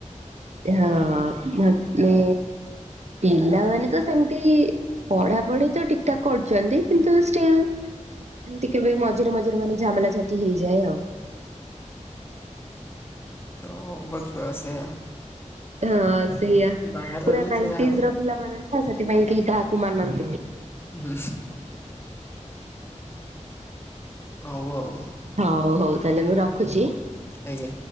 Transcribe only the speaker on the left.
ହଁ ବ ଛୁଆ ସେଇଆ
ବାହାରେ ରହିଲେ
ସେଇଆ ହବ।
ହୁଁ। ହଉ ଆଉ।
ଆଜ୍ଞା।